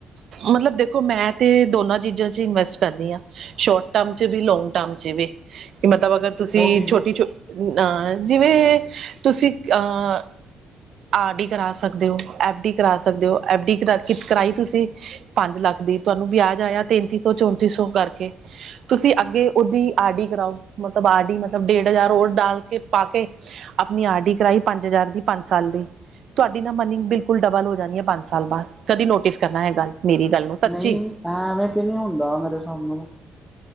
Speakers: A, on the right; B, in the centre.
A: ਮਤਲਬ ਦੇਖੋ ਮੈਂ ਤੇ ਦੋਨਾਂ ਚੀਜ਼ਾਂ ਚ ਇਨਵੈਸਟ ਕਰਦੀ ਆ ਸ਼ੋਰਟ ਟਰਮ ਚ ਵੀ ਲੋਂਗ ਟਰਮ ਜਿਵੇ, ਕਿ ਮਤਲਬ ਅਗਰ ਤੁਸੀਂ
B: ਉਹ ਕਿਵੇਂ
A: ਛੋਟੀ ਛੋਟ ਅ ਜਿਵੇਂ ਤੁਸੀਂ ਅ ਆਰ ਡੀ ਕਰਾ ਸਕ ਸਕਦੇ ਹੋ ਐਫ ਡੀ ਕਰਾ ਸਕਦੇ ਔ ਐਫ ਡੀ ਕਰਾਈ ਤੁਸੀਂ ਪੰਜ ਲੱਖ ਦੀ ਤੁਹਾਨੂੰ ਵਿਆਜ ਆਇਆ ਤੇੈਂਤੀ ਤੋ ਚੌਂਤੀ ਸੌ ਕਰਕੇ। ਤੁਸੀਂ ਅੱਗੇ ਉਹਦੀ ਆਡੀ ਕਰਾਓ ਮਤਲਬ ਆਡੀ ਮਤਲਬ ਡੇਢ ਹਜ਼ਾਰ ਡਾਲ ਕੇ ਪਾ ਕੇ ਆਪਣੀ ਆਰ ਡੀ ਕਰਾਈ ਪੰਜ ਹਜ਼ਾਰ ਦੀ ਪੰਜ ਸਾਲ ਦੀ ਤੁਹਾਡੀ ਨਾ ਮਨਿੰਗ ਬਿਲਕੁਲ ਡਬਲ ਹੋ ਜਾਣੀ ਐ ਪੰਜ ਸਾਲ ਬਾਦ ਕਦੀ ਨੋਟਿਸ ਕਰਨਾ ਏ ਗੱਲ। ਮੇਰੀ ਗੱਲ ਨੂੰ ਸੱਚੀ
B: ਨਈ ਐ ਐਵੇਂ ਤੇ ਨਹੀਂ ਹੁੰਦਾ ਮੇਰੇ ਸਾਹਬ ਨਾਲ।